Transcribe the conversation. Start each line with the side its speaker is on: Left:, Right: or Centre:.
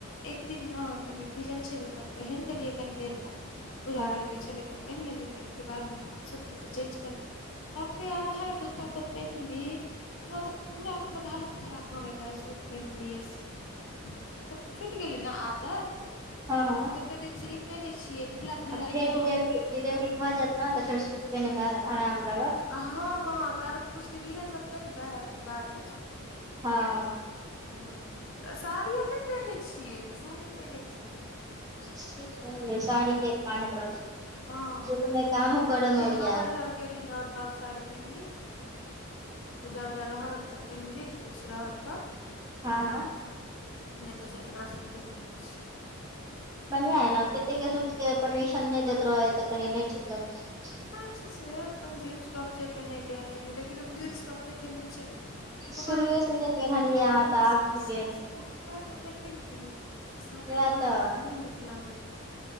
Left: एक दिन न कनि भिजल छेलै तऽ पहिन लेलियै कनी देर लए पूजा
Right: हँ
Left: करे के छेलेै। तऽ पेन्न लेलियै कहलियै फेर बाद मे सुखते तऽ चेंज क ले बाप रे आधा एक घण्टा तऽ पेन्हली हमरा तऽ पूरा मतलब हालत खराब भ गेल रहे सूट पहनलिय से छुइट गेलै ने आदत अभी
Right: हँ हँ
Left: क कते दिन से इ पेनहै छियै। ढीला ढीला
Right: आ फेर
Left: एकदम
Right: डिलेवरी डिलेवरी भऽ जेत ने त फेर सूट पेनहैय मे आराम लागत।
Left: हँ हँ ताबत कुछ दिन इहे सब पेन्हबै फेर बाद मे सूट
Right: हँ
Left: हूँ तऽ साड़ी हम नैय पेन्है छियै सूटे पेन्है छीयै।
Right: ठीक त हैए साड़ी के बांधैत रहतय।
Left: हँ
Right: सुट मे कामो करऽ
Left: कहीं
Right: मे ओरियाय
Left: बाहर उहर गेली न तब साड़ी पेहनली पूजा उजा रहल तब पेन्हली कुछ रहल तऽ।
Right: हँ हँ
Left: नैय त ज एना सुटे पैनहै छी।
Right: बढ़ियां अइ ना कते के सूट के परमिशन नैय दैत रहै है तऽ कनि नैय ठीक लगै है।
Left: छ से अपन जीन्स टॉप जे पेैन्है के या जे पेैन्हु लेकिन हम जीन्स टाॅप नेै पेैन्हने छियै न कुमाइर
Right: शुरुए
Left: मे
Right: से
Left: पैन्हबे
Right: नहि पेन्हलियै
Left: नय केलियै त
Right: अहाँ
Left: <unintelligible>
Right: तऽ आब की पेन्हबै
Left: कुमाइर मे पेन्हबे नय केलियै शादी
Right: वएह
Left: के बाद
Right: तऽ
Left: हमरा नै नीक लागैया।